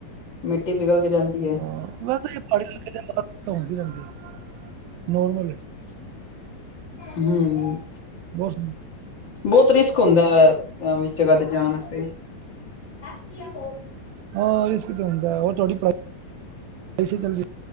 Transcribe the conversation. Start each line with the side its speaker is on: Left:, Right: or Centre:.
Left: ਮਿੱਟੀ ਪਿਘਲਦੀ ਰੈਂਦੀ
Right: ਨੇ।
Left: ਐ।
Right: ਹਾਂ ਵੈਸੇ ਤਾਂ ਜੀ ਪਹਾੜੀ ਇਲਾਕੇ ਚ <unintelligible> ਹੁੰਦੀ ਰੈਂਦੀ ਆ, ਨੋਰਮਲ ਐ।
Left: ਹੂੰ-ਹੂੰ।
Right: ਬਹੁਤ
Left: ਬੋਤ ਰਿਸਕ ਹੁੰਦਾ ਐ ਐਵੇਂ ਦੀ ਜਗਾ ਤੇ ਜਾਣ ਆਸਤੇ। <inaudible>
Right: ਹਾਂ ਰਿਸਕ ਤੇ ਹੁੰਦਾ ਐਮ, ਓ ਤੁਆਡੀ <unintelligible> ਚੱਲਦੀ।